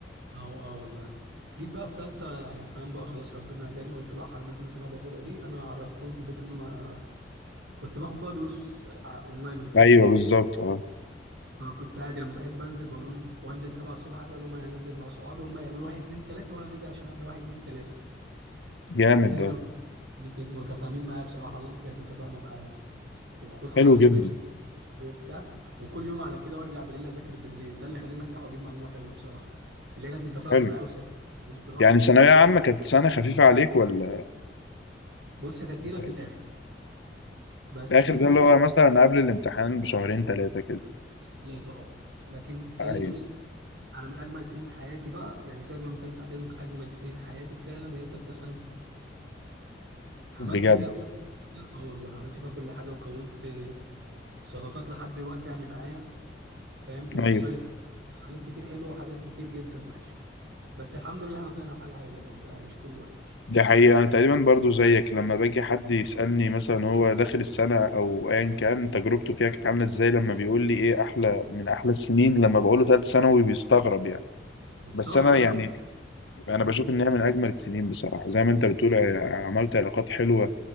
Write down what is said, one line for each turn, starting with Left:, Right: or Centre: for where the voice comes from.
Right: اه اه والله جيت بقى في ثالثه يعني فاهم بقى خلاص ربنا هداني قلت لا حرام الفلوس اللي انا باخدها دي انا عرفتهم في البيت ان انا ما- كنت باخد بقى دروس ع- اونلاين وكده
Left: ايوه بالظبط اه
Right: فكنت عادي لما بحب انزل بقول لهم وانزل 7 الصبح عادي اقول لهم انا نازل مع صحابي هم يعملوا واحد اتنين تلاته وانا نازل عشان اعمل واحد اتنين تلاته
Left: جامد
Right: هما
Left: ده
Right: كانوا يعني كانت متفاهمين معايا بصراحه مامتي كانت متفاهمه معايا وخد خلاص
Left: حلو جدا
Right: ماشي وبتاع وكل يوم على كده وارجع بالليل اذاكر بالليل ده اللي خلاني انجح واجيب مجموع حلو بصراحه اللي هي كانت متفاهمه
Left: حلو
Right: معايا وسابت اعيش براحتي
Left: يعني ثانوية
Right: و-
Left: عامة كانت سنة خفيفة عليك ولا
Right: بص هي كانت تقيله
Left: ولا
Right: في
Left: إيه؟
Right: الاخر بس
Left: الآخر
Right: كطول
Left: ده اللي
Right: السنه
Left: هو مثلا قبل الامتحان بشهرين ثلاثة كده
Right: ثلاثه اه لكن هي
Left: أيوة
Right: طول السنه انا من اجمل سنين حياتي بقى يعني سيبك من ثالثه اعدادي اجمل سنين حياتي فعلا هي ثالثه ثانوي عملت
Left: بجد
Right: فيها كل اه والله عملت فيها كل حاجه وكونت صداقات لحد دلوقتي يعني معايا فاهم واثرت
Left: أيوة
Right: في حاجات كتير حلوه وحاجات كتير جدا وحشه بس الحمد لله احنا طلعنا بحاجه حلوه برضه يعني مش كله وحش
Left: دي حقيقة أنا تقريبا برضو زيك لما باجي حد يسألني مثلا هو داخل السنة أو أيا كان تجربته فيها كانت عاملة إزاي لما بيقول لي إيه أحلى من أحلى السنين لما بقوله تالت ثانوي بيستغرب يعني
Right: مستغرب
Left: بس أنا
Right: انا
Left: يعني أنا
Right: مم.
Left: بشوف إنها من أجمل السنين بصراحة زي ما أنت بتقول آه، عملت علاقات حلوة